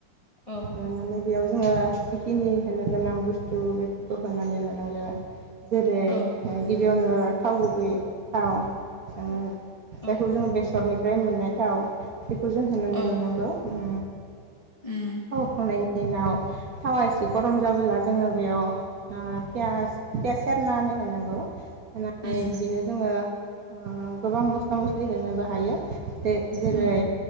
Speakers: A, on the left; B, on the right.
A: औ
B: ऐवनानै बेयाव जोङो जिखिनि होनो गोनां बुस्थु बेफोरखौ होनानै लानांगो। जेरै
A: औ
B: गिबियावनो थाव गुबै थाव ओ
A: औ
B: जायखौ जोङो बेसरनि ओमफ्राय मोननाय थाव बेखौ जों होनानै
A: औ
B: लानांगौ अम
A: उम
B: औ औ। नायनि उनाव थावा एसे गरम जाबोला जोङो बेयाव ओ पियास पियास सेरनानै होनांगौ होनाय
A: उम
B: बिदिनो जोङो ओ गोबां मस्ला मस्लि होनोबो हायो जे-जेरै
A: उम